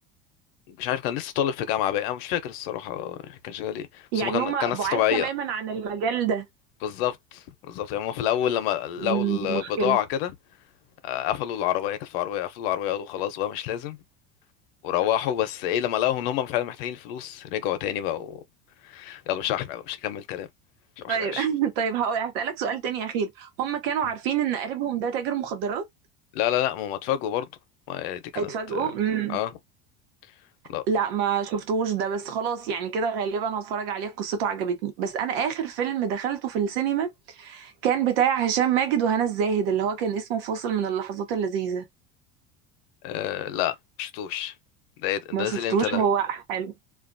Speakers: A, on the left; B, on the right.
A: مش عارف كان لسه طالب في جامعة بقى انا مش فاكر الصراحة كان شغال ايه
B: يعني
A: بس هما كان
B: هما
A: كان ناس
B: بعاد
A: طبيعية
B: تماما عن المجال ده
A: بالظبط بالظبط يعني هما في الأول لما لقوا
B: مم،
A: البضاعة
B: دي مشكلة
A: كده آه، قفلوا العربية كانت عربية قفلوا العربية قالوا خلاص بقى مش لازم وروحوا بس ايه لما لقوا ان هم فعلا محتاجين الفلوس رجعوا تاني بقى و... يلا مش هحرق بقى مش هكمل كلام مش هحرقش
B: طيب <laughs> طيب هقول هسألك سؤال تاني أخير هم كانوا
A: مم.
B: عارفين إن قريبهم ده تاجر مخدرات
A: لا لا لا ما هم اتفاجئوا برضه ما دي كانت
B: اتفاجئوا
A: اه
B: امم
A: آه، لا
B: لا ما شفتوش ده بس خلاص يعني كده غالبا هتفرج عليه قصته عجبتني بس أنا آخر فيلم دخلته في السينما كان بتاع هشام ماجد وهنا الزاهد اللي هو كان اسمه فاصل من اللحظات اللذيذة
A: آه لا مشفتوش ده إيه ده ده
B: ما شفتوش
A: نزل امتى ده
B: هو حلو